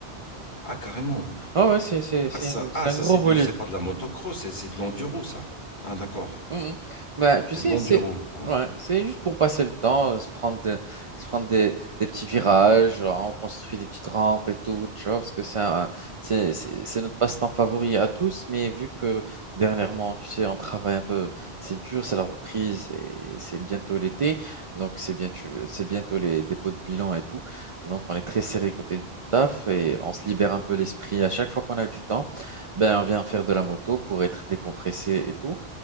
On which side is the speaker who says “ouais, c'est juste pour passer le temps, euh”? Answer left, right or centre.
Right